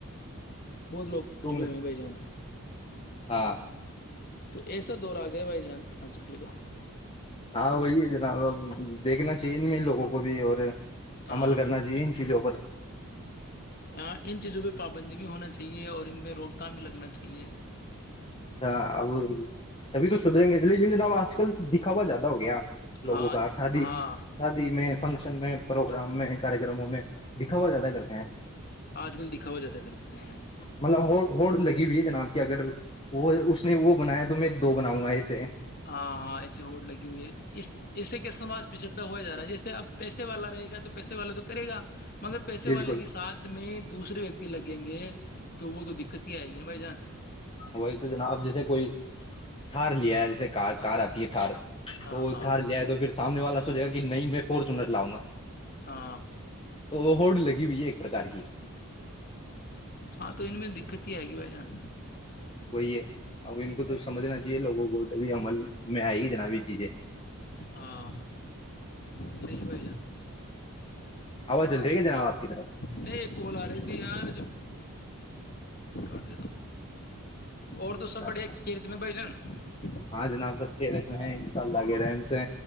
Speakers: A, on the left; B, on the left.
A: بہت لوگ
B: دو
A: پچڑے
B: منٹ
A: ہوئے ہیں بھائی جان
B: ہاں
A: تو ایسا دور آ گیا بھائی جان آج کل کا
B: ہاں وہی ہے جناب دیکھنا چاہیے ان میں ان لوگوں کو بھی اور
A: ہاں
B: عمل کرنا چاہیے ان چیزوں پر
A: ہاں ان چیزوں پہ پا بندی بھی ہونا چاہیے اور ان پہ روک کا بھی لگنا چاہیے
B: ہاں اب ابھی تو سدریں گے لیکن جناب آج کل دکھاوا زیادہ ہو گیا
A: ہاں
B: لوگوں کا شادی
A: ہاں
B: شادی میں فنکشن میں پروگرام میں کار کررموں میں دکھاوا زیادہ کرتے ہیں
A: آج کل دکھاوا زیادہ کرتے ہیں
B: مطلب وہ رڈ لگی بھیئی ہے جناب کہ اگر وہ اس نے وہ بنایا تو میں دو بناؤں گا اس
A: ہاں ہاں ایسے ہوڈ لگی ہوئی ہے اس ایسے کہ سماج پچڑتا ہوا جا رہا ہے جیسےب پیسے والا رہ گا تو پیسے والا تو کرےا مگر پیسے
B: بالکل
A: والے کے ساتھ میں دوسے ویکتی لگیں گے تو وہ تو دقت ہی آئے گی نا بھائی جان
B: وہی تو جناب اب جیسے کوئی تھار لیا ہے جیسے کار کار آتی ہے تھار
A: ہاں
B: تو وہ ادار
A: ہاں
B: لے دو پھر سامنے والا سوچے گا کہ نہیں میں فورچنر لاؤ گا
A: ہے
B: تو ہوڈ لگی ہوئی ہے ایک پرکار کی
A: ہاں تو ان میں دقت ہی آئے گی بھائی جان
B: وہی ہے اب ان کو تو سمجھنا چاہیے لوگوں کو تبھی عمل میں آئے گی جناب یہ چیزیں
A: ہاں صی با
B: آواز جل رہی ہے گ جناب آپ کی طرف
A: نہیں ایک کوال آ رہی تھی یار جو گ اور تو
B: اچھا
A: سب بڑے
B: اچھا
A: کھیرت میں بھ جان <inaudible> <inaudible>
B: ہاں جناب سب کھیلےتے ہیں ان شاء اللہ کے رحم سے